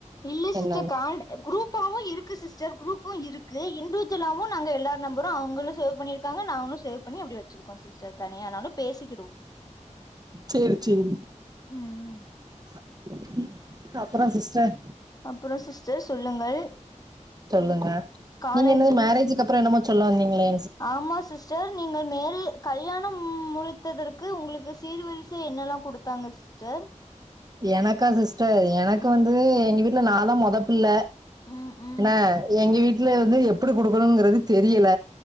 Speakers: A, on the left (about 30°); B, on the right (about 30°).
A: இல்ல சிஸ்டர்
B: என்னன்னு
A: கால்டு குரூப்பாவு இருக்கு சிஸ்டர் குரூப்பு இருக்கு இன்டிஜுவலாவு நாங்க எல்லாரு நம்பரு அவுங்களு சேவ் பண்ணிரு ப்பாங்க நாங்களு சேவ் பண்ணி அப்டி வச்சிருக்கோ சிஸ்டர் தனியானாலு பேசிக்குடுவோ
B: சேரி சேரி
A: ம் ம்
B: <unintelligible> அப்புறம் சிஸ்டர்
A: அப்பறொ சிஸ்டர் சொல்லுங்கள்
B: சொல்லுங்க
A: காலேஜில்
B: நீங்க என்னது மேரேஜ்க்கு அப்பறோ என்னமோ சொல்ல வந்தீங்ளே
A: ஆமா சிஸ்டன் நீங்கள் மேரே கல்யாணம் முடித்ததற்கு உங்களுக்கு சீர் வரிசை என்னெல்லாம் குடுத்தாங்க ஸ்டர்
B: எனக்கா சிஸ்டர் எனக்கு
A: ம்
B: வந்து எங்க வீட்டுல நாதான் மொதப்புள்ள
A: ம் ம்
B: என்னா எங்க வீட்டுல வந்து எப்டி குடுக்கணும்ங்கறது தெரியல